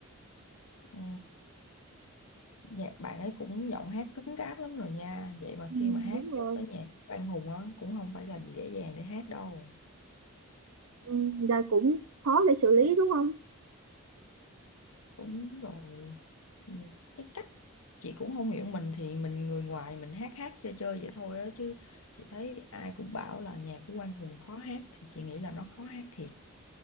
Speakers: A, on the left; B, on the right.
A: ừ, Dạ, bạn ấy cũng giọng hát cứng cáp lắm rồi nha. Vậy mà
B: Ừ,
A: khi mà hát
B: đúng rồi
A: vô tới nhạc của Quang Hùng á cũng không phải là dễ dàng để hát đâu.
B: Ừ, là cũng khó để xử lý đúng không?
A: Đúng rồi. Ừ, Cái cách chị cũng không hiểu mình thì mình người ngoài mình hát hát chơi chơi vậy thôi á chứ chị thấy ai cũng bảo là nhạc của Quang Hùng khó hát thì chị nghĩ là nó khó hát thiệt.